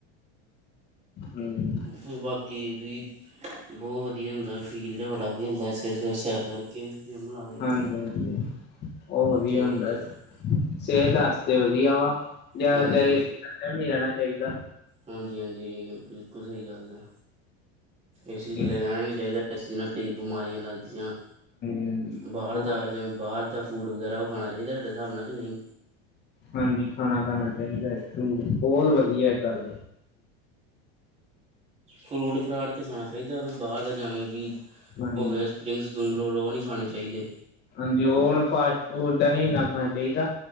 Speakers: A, on the left (about 35°); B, on the right (about 20°).
A: ਹਾਂਜੀ
B: ਵਿ ਬਕ ਕਿ ਵੀ ਬਹੁਤ ਵਧੀਆ ਹੁੰਦਾ ਫੀਲ ਜਿਹਾ ਬੜਾ ਵਧੀਆ ਹੁੰਦਾ, ਇਸ ਸਿਰ ਸੈਰ ਕਰਕੇ। ਵੀ ਜਿਮ ਲਾ ਕੇ
A: ਹਾਂਜੀ-ਹਾਂਜੀ, ਔ ਵਧੀਆ
B: ਹਾਂਜੀ
A: ਹੁੰਦਾ।
B: ਹਾਂਜੀ
A: ਸਿਹਤ ਵਾਸਤੇ ਵਧੀਆ ਵਾ ਜ਼ਿਆਦਾਤਰ
B: ਹਾਂਜੀ
A: ਏਸੀ ਥੱਲੇ ਵੀ ਨਹੀਂ ਰਹਿਣਾ ਚਾਹੀਦਾ।
B: ਹਾਂਜੀ ਹਾਂਜੀ ਬਿਲਕੁਲ ਸਹੀ ਗੱਲ ਹੈ ਏਸੀ
A: ਹਾਂਜੀ
B: ਥੱਲੇ ਰਹਿਣਾ ਹੀ ਨਹੀਂ ਚਾਹੀਦਾ ਏਸੀ ਨਾਲ ਕਈ ਬਿਮਾਰੀਆਂ ਲੱਗਦੀਆਂ
A: ਹਾਂਜੀ
B: ਬਾਹਰ
A: ਬਹੁਤ
B: ਦਾ ਜਿਵੇਂ ਬਾਹਰ ਦਾ ਫੂਡ ਵਗੈਰਾ ਉਹ ਖਾਣਾ ਚਾਹੀਦਾ ਤੁਹਾਡੇ ਹਾਿਸਬ ਨਾਲ ਕਿ ਨਹੀਂ
A: ਹਾਂਜੀ ਖਾਣਾ ਖਾਣਾ ਚਾਹੀਦਾ ਹੈ। ਫਰੂਟ ਬਹੁਤ ਵਧੀਆ ਗੱਲ
B: ਫਰੂਟ, ਫਰਾਡ 'ਤੇ ਖਾਣਾ ਚਾਹੀਦਾ, ਵੀ ਬਾਹਰ ਦਾ ਜਿਵੇਂ ਵੀ
A: ਹਾਂਜੀ
B: ਹੋ ਗਿਆ ਸਪਰਿੰਗ-ਸਪਰਿੰਗ ਨਹੀਂ ਖਾ। ਖਾਣੇ ਚਾਹੀਦੇ,
A: ਹਾਂਜੀ, ਉਹ ਹੁਣ ਫਾਸਟ-ਫੂਡ ਦਾ ਨਹੀਂ ਇੰਨਾ ਖਾਣਾ ਚਾਹੀਦਾ।